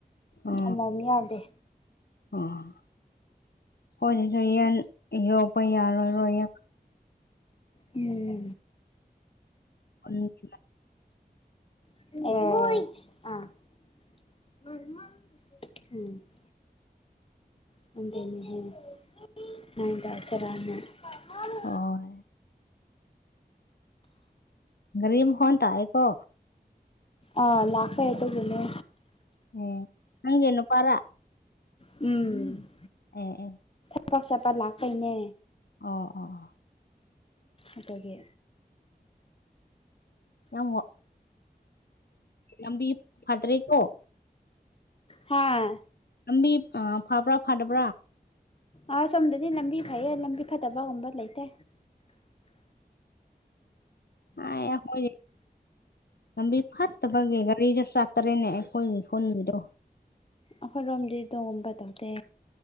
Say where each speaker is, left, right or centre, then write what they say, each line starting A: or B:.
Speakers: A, on the left (about 75°); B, on the left (about 35°).
A: ꯑ ꯑ
B: ꯑꯃꯣꯝ ꯌꯥꯎꯗꯦ
A: ꯑꯣ ꯍꯣꯏꯅ‌ꯦ ꯍꯌꯦꯟ ꯌꯣꯛꯄ ꯌꯥꯔꯔꯣꯏ
B: ꯎꯝ
A: ꯄꯨꯂꯞꯀꯤ
B: <unintelligible> <unintelligible> <unintelligible>
A: ꯑꯥ ꯒꯔꯤ ꯃꯈꯣꯟ ꯇꯥꯏꯀꯣ
B: ꯑꯥ ꯂꯥꯛꯈ꯭ꯔꯦ ꯊꯧꯖꯤꯜꯂꯣ
A: ꯎꯝ ꯅꯪꯒꯤ ꯅꯨꯄꯥꯂ
B: ꯎꯝ
A: ꯑꯦ ꯑꯦ
B: ꯆꯕꯥꯛ <inaudible> ꯆꯠꯄꯠ ꯂꯥꯛꯈꯩꯅꯦ
A: ꯑꯣ ꯑꯣ
B: ꯑꯗꯨꯒꯤ
A: ꯅꯪꯉꯣ ꯂꯝꯕꯤ ꯐꯗ꯭ꯔꯤꯀꯣ
B: ꯍꯥꯥ
A: ꯂꯝꯕꯤ ꯑ ꯐꯕ꯭ꯔꯥ ꯐꯗꯕ꯭ꯔꯥ
B: ꯑ ꯁꯣꯝꯗꯗꯤ ꯂꯝꯕꯤ ꯐꯩꯌꯦ ꯂꯝꯕꯤ ꯐꯠꯇꯕꯒꯨꯝꯕ ꯂꯩꯇꯦ
A: ꯑꯩꯌꯥ ꯃꯣꯢ ꯂꯝꯕꯤ ꯐꯠꯇꯕꯒꯤ ꯒꯥꯔꯤꯁꯨ ꯆꯥꯠꯇꯔꯦꯅꯦ ꯑꯩꯈꯣꯏꯒꯤ ꯈꯨꯟꯒꯤꯗꯣ
B: ꯑꯩꯈꯣꯏꯔꯣꯝꯗꯤ ꯑꯗꯨꯒꯨꯝꯕ ꯇꯧꯗꯦ